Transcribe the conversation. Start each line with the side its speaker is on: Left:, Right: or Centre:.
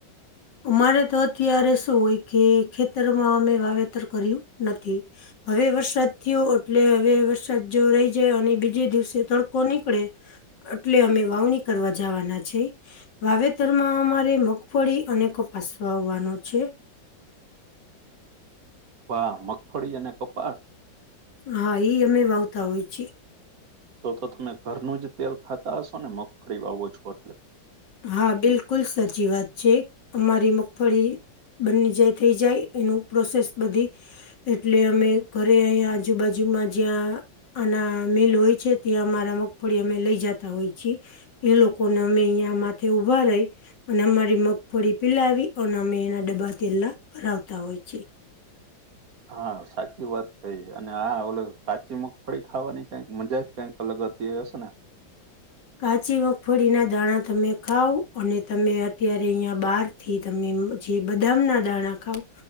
Left: અમારે તો અત્યારે શું હોય કે ખેતરમાં અમે વાવેતર કર્યું નથી. હવે વરસાદ થયો એટલે હવે વરસાદ જો રહી જાય અને બીજે દિવસે તડકો નીકળે એટલે અમે વાવણી કરવા જવાના છે વાવેતરમાં અમારે મગફળી અને કપાસ વાવવાનો છે.
Right: વા મગફળી અને કપાસ
Left: હા ઈ અમે બવતા હોય છી.
Right: તો તો તમે ઘરનું જ તેલ ખાતા હશો ને મગફળી વાવો છો એટલે?
Left: હા બિલકુલ સાચી વાત છે અમારી મગફળી બંની જાય થઈ જાય એનું પ્રોસેસ બધી એટલે અમે ઘરે અહીંયા આજુબાજુમાં જ્યાં અનેના મિલ હોય છે ત્યાં અમારા મગફળી અમે લઈ જતા હોય છીએ એ લોકોને અમે અહીંયા માથે ઉભા રહી અને અમારી મગફળી પિલાવી અને અમે એના ડબ્બા તેલા ભરાવતા હોય છે.
Right: હા સાચી વાત કઈ અને હા ઓલો કાચી મગફળી ખાવાની કઈક મજા જ કાઈક અલગ હતી હશે ને.
Left: કાચી મગફળીના દાણા તમે ખાવ અને તમે અત્યારે અહીંયા બાર થી તમે જે બદામના દાણા ખાવ